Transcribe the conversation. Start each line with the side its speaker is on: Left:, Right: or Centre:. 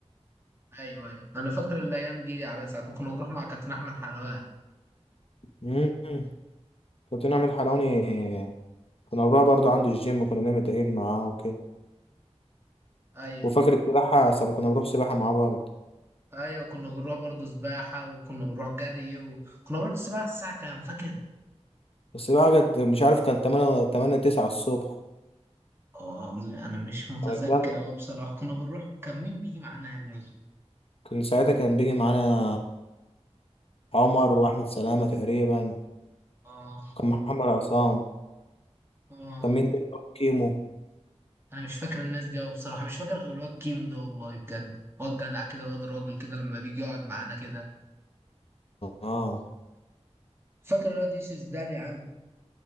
Right: ايوه ايوه انا فاكر الايام دي على ساعه ما كنا بنروح مع كابتن احمد الحلواني
Left: مم. كابتن أحمد حرامي كنا بنروح برضه عنده الجيم وكنا بنعمل تمرين معاه وكده
Right: ايوه
Left: وفاكر السباحة ساعة ما كنا بنروح سباحة معاه برضه
Right: ايوه كنا بنروح برضه سباحه وكنا بنروح جري وكنا بنروح السباحه الساعه كام فاكر
Left: السباحة كانت مش عارف كان تمانية تمانية تسعة الصبح
Right: اه انا مش متذكر
Left: كانت جامدة
Right: اوي بصراحه كنا بنروح كان مين بيجي معانا يا ابني
Left: كان ساعتها كان بيجي معانا عمر وأحمد سلامة تقريبا
Right: اه
Left: كان محمد عصام
Right: اه
Left: كان مين تاني برضه؟ كيمو
Right: انا مش فاكر الناس دي اوي بصراحه مش فاكر غير الواد كيمو ده والله بجد واد جدع كده واد راجل كده لما بيجي يقعد معانا كده
Left: اه
Right: فاكر الواد يوسف زدان يا عم